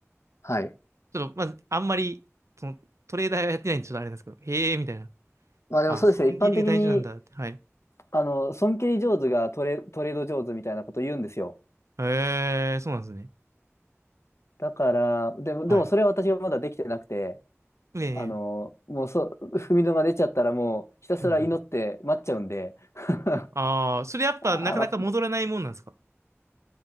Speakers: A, on the left; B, on the right.
A: はい。
B: ちょっとまずあんまり、その、トレーダーはやってないんでちょっとあれなんですけど、へえ、みたいな。
A: まあでもそうですね。
B: あ、損切りが大事なんだって。
A: 一般的に
B: はい。
A: あの、損切り上手がトレ、トレード上手みたいなこと言うんですよ。
B: へえ、そうなんですね。
A: だから、でも、
B: はい。
A: でもそれは私がまだできてなくて、
B: ええ、
A: あの、もうそう、踏みのが出ちゃったらもうひたすら祈って待っちゃうんで。
B: うんうん。
A: <laughs>
B: ああ、それやっぱなかなか戻らないもんなんですか
A: あ、